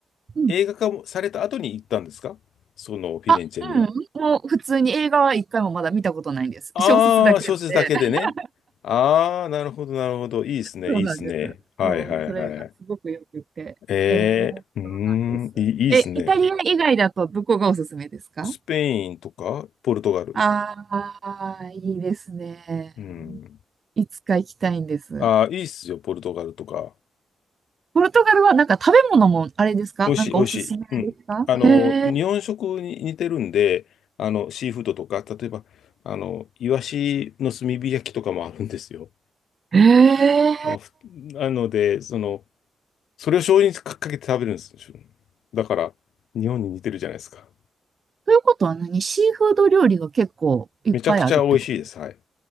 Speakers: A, on the right; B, on the left.
A: うん。
B: 映画化もされた後に行ったんですかそのフィレンチェには。
A: あ、うん。もう普通に映画は一回もまだ見たことないんです。
B: ああ、
A: 小説だけなので。
B: 小説だけでね。
A: <laughs>
B: ああ、なるほど、なるほど。いいですね、
A: そうなんです。
B: いいですね。はいはいはい。
A: そう、それがすごく良くて。
B: ええうーん、
A: えー、そうなんです。
B: いい、いいですね。
A: え、イタリア以外だとどこがおすすめですか
B: スペインとか、ポルトガル。
A: ああー、いいですね。
B: うん。
A: いつか行きたいんです。
B: ああ、いいっすよ、ポルトガルとか。
A: ポルトガルはなんか食べ物もあれですかなんかおすすめですかへ
B: 美味しい、美味しい。うん。あの、日本食に似てるんで、あの、シーフードとか、例えば、あの、イワシの炭火焼きとかもあるんですよ。
A: え、へえ。
B: あのふなので、その、それを醤油にかけて食べるんですよ。だから、日本に似てるじゃないですか。
A: ということは何シーフード料理が結構いっぱいあるってこと
B: めちゃくちゃ美味しいです。はい。